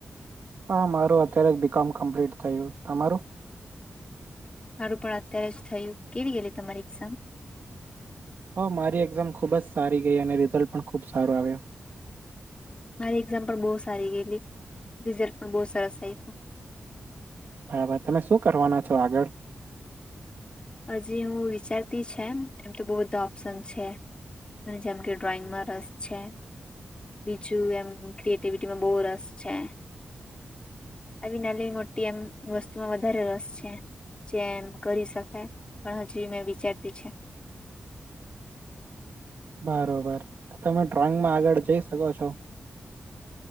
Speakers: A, on the right; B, on the left.
A: હા મારું અત્યારે જ બીકોમ કમ્પ્લીટ થયું તમારું.
B: માારું પણ અત્યારે જ થયું કેવી ગયલી તમારી એક્ઝામ?
A: ઓ મારી એક્ઝામ ખૂબ જ સારી ગઈ અને રિઝલ્ટ પણ ખૂબ સારો આવ્યો.
B: મારી એક્ઝામ પણ બહુ સારી ગયેલી રિઝલ્ટ પણ બહુ સરસ આવ્યું.
A: બરાબર તમે શું કરવાના છો આગળ
B: હજી હું વિચારતી છે એમ એમ તો બહુ બધા ઓપ્શન છે અને જેમ કે ડ્રોઈંગમાં રસ છે બીજું એમ ક્રિએટિવિટીમાં બહુ રસ છે આવી નાની મોટી આમ વસ્તુમાં વધારે રસ છે જે એમ કરી શકાય. પણ હજી એ મેં વિચારતી છે.
A: બરોબર તો તમે ડ્રોઈંગમાં આગળ જઈ શકો છો.